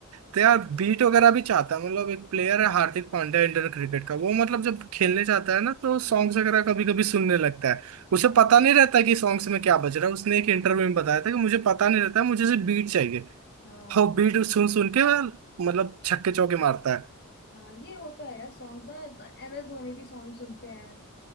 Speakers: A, on the right; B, on the left.
A: तो यार बीट वगैरह भी चाहता है मतलब एक प्लेयर है हार्दिक पांड्या इंडियन क्रिकेट का वो मतलब जब खेलने जाता है ना तो
B: हम्म
A: सॉन्ग्स वगैरह कभी कभी सुनने लगता है उसे
B: हाँ
A: पता नहीं रहता कि सॉन्ग्स में क्या बज रहा है उसने एक इंटरव्यू
B: हाँ
A: में बताया था कि मुझे पता नहीं रहता मुझे सिर्फ बीट चाहिए
B: हाँ
A: और बीट सुन सुन के वह मतलब छक्के चौके मारता है
B: हाँ ये होता है यार सॉन्ग्स ना एमएस धोनी भी सॉन्ग सुनते हैं